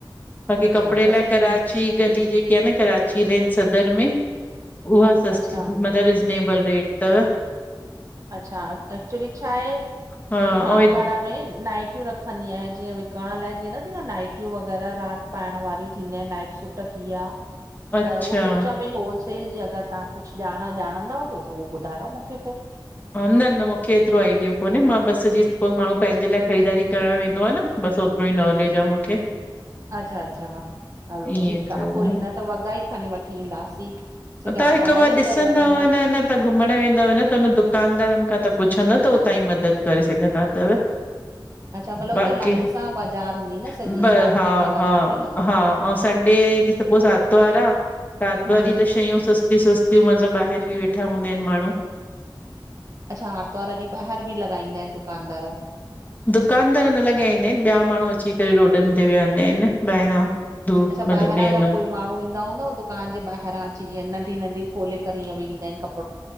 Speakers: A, on the left (about 20°); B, on the right (about 40°).
A: बाक़ी
B: अच्छा
A: कपड़े
B: अच्छा
A: लाए
B: सॼी
A: कराची गली जेकी आहे न कराची लेन सदर में उहा सस्ती
B: अच्छा
A: मतिलब रिज़नेबल रेट तव।
B: अच्छा एक्चुली छा आहे
A: हा
B: की मां
A: ऐं
B: घर में नाइटियूं रख खंदी आहियां जीअं विकण लाए जीअं न थींदो नाइटियूं वग़ैरह रात पाएण वारियूं थींदी आहिन। सुट थी विया
A: अच्छा
B: त उहो सोचां भई होल सेल जी अगरि तव्हां कुझु ॼाण ॼाणंदा हुजो त उहो ॿुधायो मूंखे पो।
A: ह न न मूंखे एतिरो आइडियो कोन्हे मां बसि जीअं सपोस माण्हू पंहिंजे लाइ ख़रीदारी करणु वेंदो आ न। बस ओतिरो ई नॉलेज आ मूंखे।
B: <inaudible> अच्छा अच्छा हलो
A: ईअं
B: ठीकु
A: त
B: आ
A: तव्हां
B: कोई न त वॻा ई खणी वठी ईंदासीं। छोकी हाणे
A: तव्हां हिकु
B: आया
A: बार
B: आहियूं
A: ॾिसंदव
B: त लॻंदो
A: न न। तवां घुमण वेंदाव न त हुन दुकानदारन खां तव्हां पुछंदव त हो तांयी मदद करे सघंदा तव।
B: <inaudible>
A: बाकी
B: हुते लाइन सां बाज़ार हूंदी न सॼी
A: ब
B: मार्केट
A: हा
B: लॻंदी
A: हा
B: हूंदी न
A: हा आऊं संडे ॾीं स पो आर्तवार आ त आर्तवार
B: हम्म
A: ॾी त श शयूं सस्ती सस्तियूं मतिलबु ॿाहिर बि वेठा हूंदा आहिन माण्हू।
B: अच्छा आर्तवार ॾीं बाहर भी लॻाईंदा आहिन दुकानदार।
A: दुकानर न लॻाईंदा आहिनि ॿिया माण्हू अची करे रोडनि ते विहंदा आहिन ॿाहिरां। दूर
B: अच्छा
A: मतिलबु
B: ॿाहिरां
A: ॿिहंदा
B: जा कोई माण्हू ईंदा हूंदा हो दु दुकान जे ॿाहिरां अची जीअं नढी नंढी खोेले करे ईअ वईंदा आहिनि कप